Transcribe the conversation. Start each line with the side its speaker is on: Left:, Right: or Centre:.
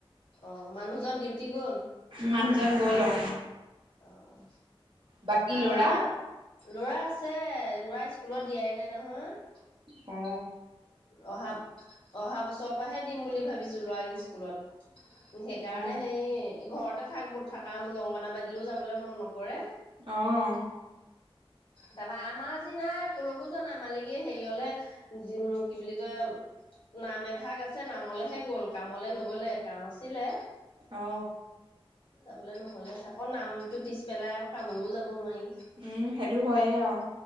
Left: অ মানুহজন ডিউটি গল?
Right: মানুহজন গ'ল অ
Left: আহ
Right: বাকী
Left: আমাৰ
Right: লৰা
Left: লৰা আছে ল'ৰা্ স্কুলত দিয়াই নাই নহয়,
Right: অ
Left: অহা অহা বছৰৰ পৰাহে দিম বুলি ভাবিছো লৰা স্কুলত সেইকাৰণে
Right: অ
Left: সেই এই ঘৰতে থাক বোল থাকা বোল অংগনাবাদীলৈও যাবলৈ মন নকৰে,
Right: অহ
Left: তাৰপা আমাৰ যি নাই কোলৈকো য নাই মালিকে হেৰিয়লে কি বুলি কয় নাম এভাগ আছে নামলেহে গল কামলে নগলে কাম আছিলে,
Right: অ
Left: যাবলৈ নহ'লে আকৌ নামটো পিছ পেলাই আকৌ কামলৈও যাব নোৱাৰি,
Right: উম সেইটো হয় আৰু